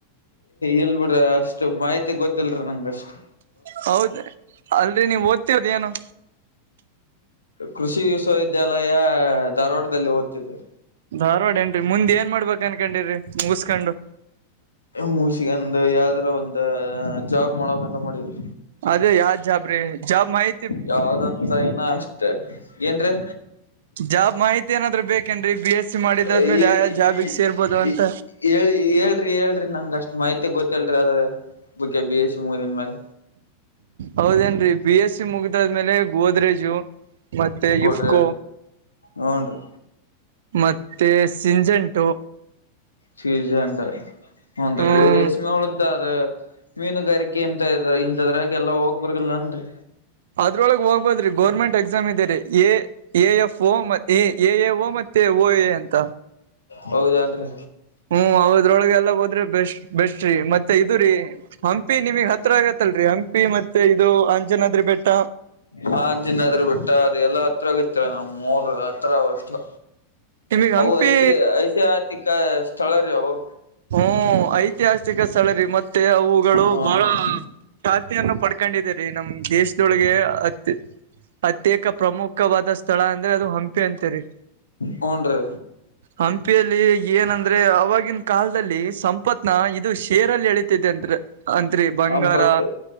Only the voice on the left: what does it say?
ಇಲ್ ಬಿಡ್ರ ಅಷ್ಟು ಮಾಹಿತಿ ಗೊತ್ತಿಲ್ರಿ ನಂಗಷ್ಟು.
ಕೃಷಿ ವಿಶ್ವವಿದ್ಯಾಲಯ ಧಾರವಾಡದಲ್ಲಿ ಓತ್ತಿದೆ.
ಮುಸಿಗೆಂದು ಯಾವ್ದ್ರ ಒಂದು ಜಾಬ್ ಮಾಡೋಕಂತ ಮಾಡಿದ್ವಿ.
ಯಾವ್ದಂತ ಇನ್ನ ಅಷ್ಟ್ ಏನ್ರೀ
ಈ
ಈ ಹೇಳಿ ಹೇಳ್ರಿ ಹೇಳ್ರಿ ನಂಗೆ ಅಷ್ಟ್ ಮಾಹಿತಿ ಗೊತ್ತೇಲ್ರಿ ಅದ್ರ ಬುಗ್ಗೆ ಬಿ ಎಸ್ ಸಿ ಮುಗ್ದಿದ್ ಮೇಲೆ.
ಗೊಡ್ರ
ಹೂನ್ರಿ
ಚೀಜ ಅಂಟ ಹ್ನ್ರಿ
ಇವ್ರ ಯಸಮಿ ಅವಳ್ದ ಅದ ಮೀನುಗಾರಿಕೆ ಎಂತ ಇದ ಇಂದ್ರಾಗ ಎಲ್ಲಾ ಹೋಗ್ ಬರಲ್ಲನ್ರಿ
ಹೌದನ್ರಿ
ಹಾಂಜಿಿನಾದ್ರ ಬಿಟ್ಟ ಅದು ಎಲ್ಲ ಹತ್ರಗಿತ್ತರ ನಮ್ ಮೂರ್ ಹತ್ರಷ್ಟು
ಅವು ಐಶ ಐತಿಹಥಿಕ ಸ್ಥಳ ರೀ ಅವು
ಹೂನ್ರಿ
ಹೂನ್ರೀ
ಅಂಪತ್